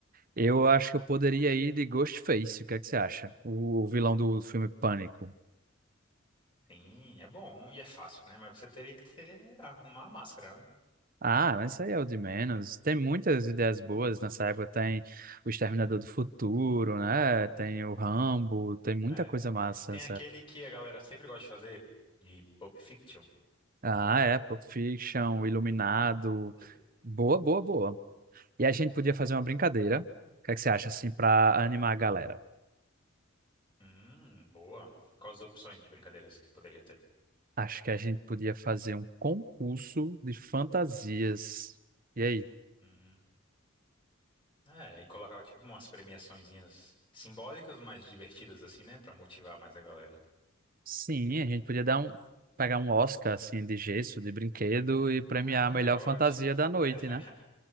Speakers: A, on the right; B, on the left.
A: Eu acho que eu poderia ir de Ghostface. O que é que você acha? O, o vilão do filme Pânico.
B: Sim, é bom e é fácil, né? Mas você teria que ter, arrumar a máscara, né?
A: Ah, mas isso aí é o de menos. Tem muitas ideias boas nessa época. Tem o Exterminador do Futuro, né? Tem o Rambo. Tem muita
B: É.
A: coisa massa
B: Tem aquele que a galera sempre gosta de fazer, de Pulp Fiction.
A: Ah, é, Pulp Fiction, Iluminado.
B: Por quê?
A: Boa, boa, boa. E a gente podia fazer uma brincadeira. O que é que você acha, assim, para animar a galera?
B: Hum, boa. Quais as opções de brincadeiras que poderia ter?
A: Acho que a gente podia fazer um concurso de fantasias. E aí?
B: Hum. É, e colocava tipo umas premiaçõezinhas simbólicas, mas divertidas assim, né? Pra motivar mais a galera.
A: Sim, a gente podia dar um, pegar um Oscar, assim, de gesso, de brinquedo e premiar
B: Ah,
A: a melhor
B: é ótimo.
A: fantasia da noite,
B: <laughs>
A: né?